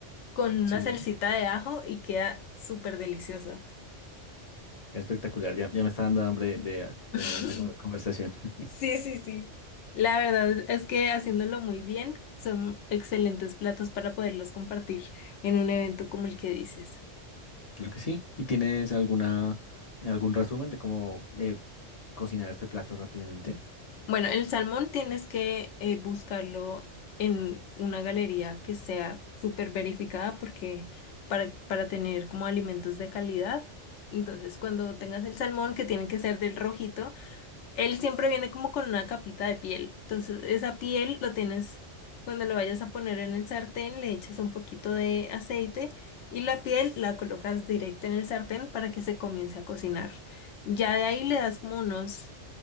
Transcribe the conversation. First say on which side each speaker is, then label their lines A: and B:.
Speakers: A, on the left; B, on the left.
A: con una
B: Sí,
A: salsita de ajo y queda súper delicioso.
B: qué espectacular. Ya, ya me está dando hambre de tener
A: <laughs>
B: esta co- conversación. <laughs>
A: Sí, sí, sí. La verdad es que haciéndolo muy bien son excelentes platos para poderlos compartir en un evento como el que dices.
B: Claro que sí. ¿Y tienes alguna, algún resumen de cómo eh, cocinar este plato rápidamente?
A: Bueno, el salmón tienes que eh, buscarlo en una galería que sea súper verificada porque para, para tener como alimentos de calidad. Entonces, cuando tengas el salmón, que tiene que ser del rojito, Él siempre viene como con una capita de piel. Entonces, esa piel lo tienes, cuando lo vayas a poner en el sartén, le echas un poquito de aceite y la piel la colocas directa en el sartén para que se comience a cocinar. Ya de ahí le das como unos